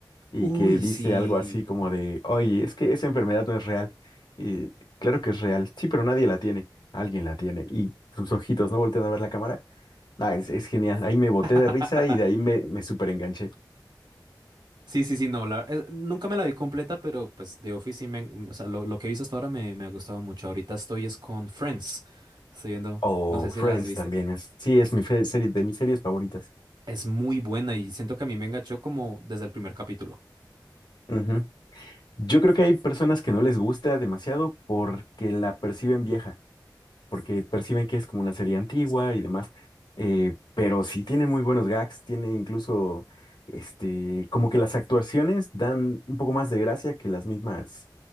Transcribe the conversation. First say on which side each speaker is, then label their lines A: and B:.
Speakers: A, on the left; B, on the right.
A: y
B: Uy,
A: que dice
B: sí.
A: algo así como de, oye, es que esa enfermedad no es real. Y claro que es real, sí, pero nadie la tiene, alguien la tiene. Y sus ojitos no voltean a ver la cámara. Ah, es, es genial, ahí me boté
B: <laughs>
A: de risa y de ahí me, me súper enganché.
B: Sí, sí, sí, no, la- es- nunca me la vi completa, pero pues The Office sí me, o sea, lo, lo que he visto hasta ahora me, me ha gustado mucho. Ahorita estoy es con Friends, estoy viendo,
A: O
B: no sé si
A: Friends
B: las viste,
A: también es, sí, es mi fe- serie, de mis series favoritas.
B: es muy buena y siento que a mí me enganchó como desde el primer capítulo.
A: Ujú. Yo creo que hay personas que no les gusta demasiado porque la perciben vieja. porque perciben que es como una serie antigua y demás, eh, pero sí tiene muy buenos gags, tiene incluso, este, como que las actuaciones dan un poco más de gracia que las mismas,